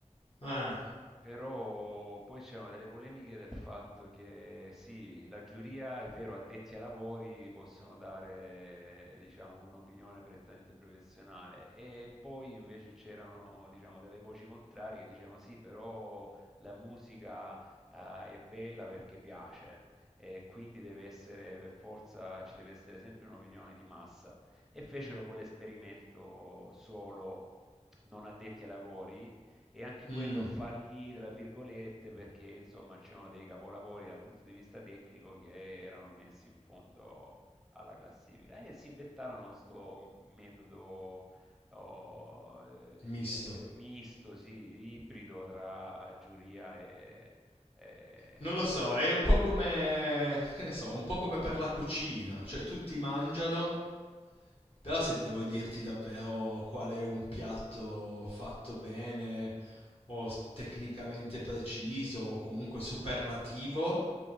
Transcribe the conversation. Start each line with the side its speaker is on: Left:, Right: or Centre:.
Left: Eh,
Centre: Però poi c'erano delle polemiche del fatto che sì, la giuria è vero, addetti ai lavori possono dare, diciamo, un'opinione prettamente professionale e poi invece c'erano, diciamo, delle voci contrarie che dicevano sì, però la musica, eh, è bella perché piace e quindi deve essere, per forza, ci deve essere sempre un'opinione di massa. E fecero poi l'esperimento solo non addetti ai lavori e anche
Left: mm,
Centre: quello fallì, tra virgolette, perché insomma c'erano dei capolavori dal punto di vista tecnico che erano messi in fondo alla classifica. E si inventarono sto metodo oh, eh,
Left: misto.
Centre: eh, misto, sì, ibrido tra giuria e, e,
Left: Non lo
Centre: insomma.
Left: so, è un po' come... che ne so, un po' come per la cucina, cioè tutti mangiano Però se devo dirti davvero qual è un piatto fatto bene o s- tecnicamente preciso o comunque superlativo,